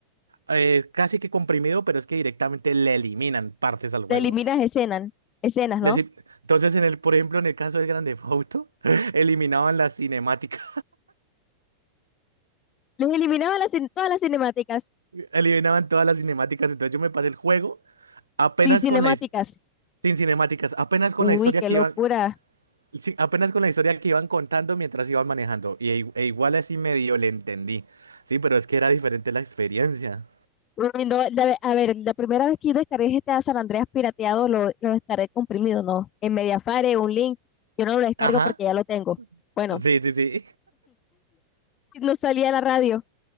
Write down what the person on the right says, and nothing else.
Eh, casi que comprimido, pero es que directamente le eliminan partes al juego.
Les Entonces, en el, por ejemplo, en el caso de Grande Auto, <laughs> eliminaban las cinemáticas,
<laughs> eliminaban todas las cinemáticas. Entonces yo me pasé el juego apenas
con la his- sin cinemáticas, apenas con
la historia
que
iban, sí, apenas con la historia que iban contando mientras iban manejando. Y i- e igual así medio le entendí. Sí, pero es que era diferente la experiencia.
Ajá.
Sí, sí, sí.